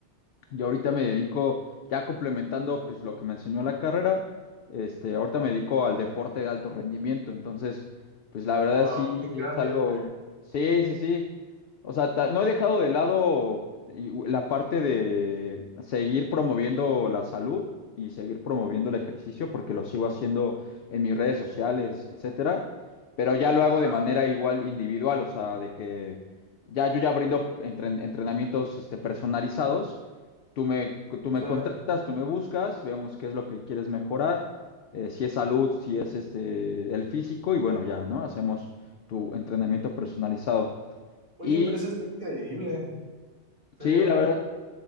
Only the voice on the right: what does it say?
Wow,
qué cambio.
Ajá,
claro.
Oye,
pero eso está increíble. O sea,
yo veo,